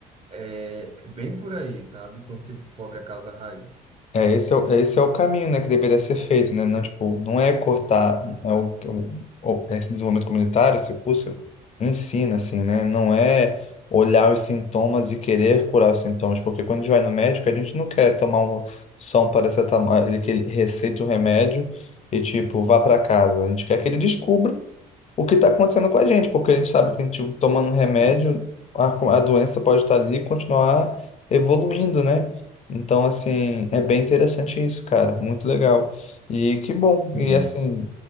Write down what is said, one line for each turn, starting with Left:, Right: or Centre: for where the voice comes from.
Right: é é bem por aí, sabe? Quando você descobre a causa raiz.
Left: É, esse é, o- esse é o caminho, né, que deveria ser feito, né? Não, tipo, não é cortar
Right: Sim,
Left: é o, é o- o- é esse desenvolvimento comunitário, esse curso, ensina, assim, né? Não é olhar os sintomas e querer curar os sintomas, porque quando a gente vai no médico, a gente não quer tomar um, só um paracetamol, ele que ele receita o remédio e, tipo, vá para casa. A gente quer que ele descubra o que está acontecendo com a gente, porque a gente sabe que a gente tomando um remédio,
Right: isso.
Left: a, co- a doença pode estar ali e continuar evoluindo, né? Então, assim, é bem interessante isso, cara. Muito legal. E que bom.
Right: Hum,
Left: E assim,